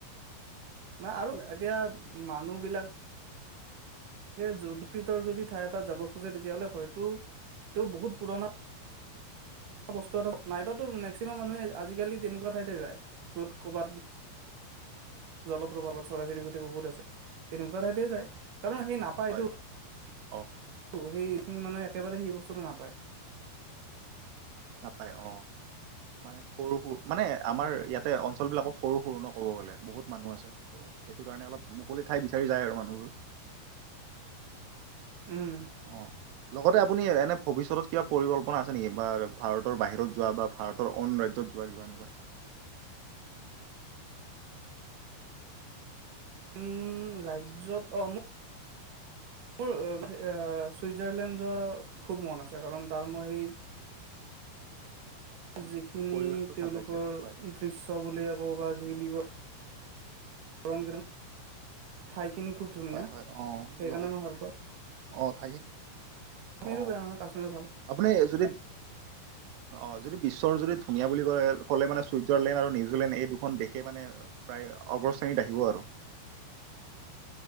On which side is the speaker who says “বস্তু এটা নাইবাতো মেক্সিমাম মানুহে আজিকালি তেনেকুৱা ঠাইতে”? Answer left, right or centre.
Right